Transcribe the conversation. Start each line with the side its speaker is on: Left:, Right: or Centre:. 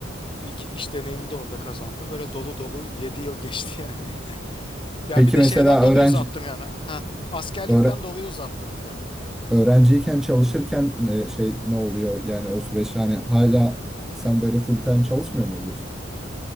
Left: İlk iş deneyimimi de orada kazandım. Böyle dolu dolu 7 yıl geçti yani. <laughs> Ya
Centre: Peki
Left: bir de
Centre: mesela
Left: şeyden dolayı
Centre: öğrenci
Left: uzattım yani. Ha, askerlikten
Centre: öğre-
Left: dolayı uzattım bir de.
Centre: öğrenciyken
Left: Hı.
Centre: çalışırken e, şey ne oluyor? Yani o süreç hani hala sen böyle full time çalışmıyor mu oluyorsun?